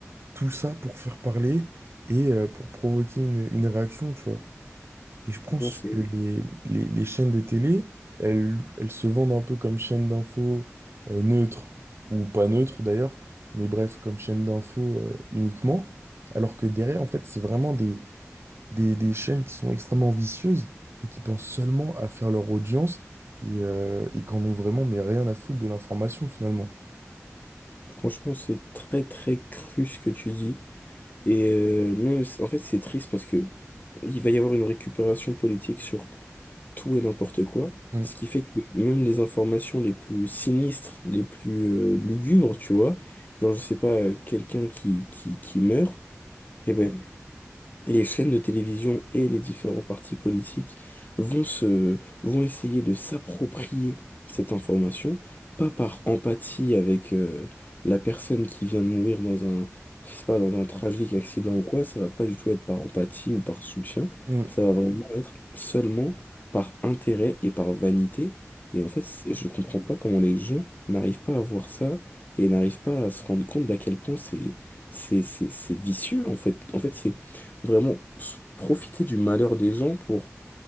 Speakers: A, on the right (about 55°); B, on the left (about 35°).
A: tout ça pour faire parler et euh, pour provoquer une, une réaction, tu vois. Et je pense
B: Bon, c'est-
A: que les, les, les chaînes de télé, elles, elles se vendent un peu comme chaîne d'infos euh, neutres, neutre, ou pas neutre d'ailleurs, mais bref, comme chaîne d'infos euh, uniquement. Alors que derrière, en fait, c'est vraiment des, des, des chaînes qui sont extrêmement vicieuses et qui pensent seulement à faire leur audience et, euh, et qu'en ont vraiment mais rien à foutre de l'information finalement.
B: Franchement, c'est très très cru ce que tu dis. Et euh, même, en fait, c'est triste parce que il va y avoir une récupération politique sur tout et n'importe quoi,
A: Mm,
B: ce qui fait que même les informations les plus sinistres, les plus euh, lugubres, tu vois, genre je sais pas, euh, quelqu'un qui, qui, qui meurt, et ben les chaînes de télévision et les différents partis politiques vont se, vont essayer de s'approprier cette information, pas par empathie avec euh, la personne qui vient de mourir dans un, je sais pas, dans un tragique accident ou quoi, ça va pas du tout être par empathie ou par soutien,
A: mm.
B: ça va vraiment être seulement par intérêt et par vanité. Et en fait, c'est- je comprends pas comment les gens n'arrivent pas à voir ça et n'arrivent pas à se rendre compte d'à quel point c'est, c'est, c'est, c'est vicieux, en fait. En fait, c'est vraiment s- profiter du malheur des gens pour